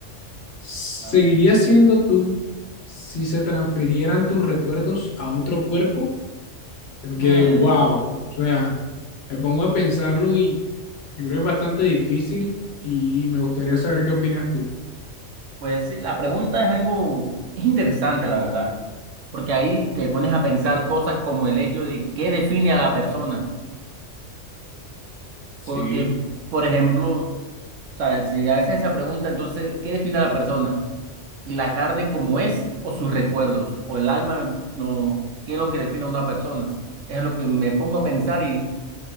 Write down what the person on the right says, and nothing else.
A ver,
Hmm,
pues sí, la pregunta es algo, es interesante, la verdad, porque ahí te pones a pensar cosas como el hecho de qué define a la persona,
porque, por ejemplo, o sea, si haces esa pregunta, entonces, ¿qué define a la persona? ¿La carne como es o sus recuerdos? ¿O el alma? No, ¿qué es lo que define a una persona? Es lo que me pongo a pensar y